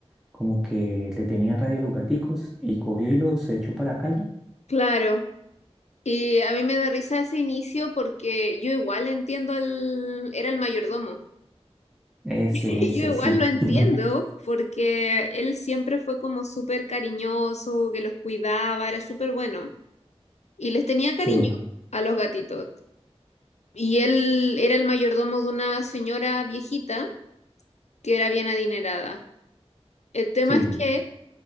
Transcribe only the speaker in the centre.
como que le tenía rabia a los gaticos y cogió y los echó para la calle.
Ese,
ese,
sí.
<laughs>
Sí,
sí.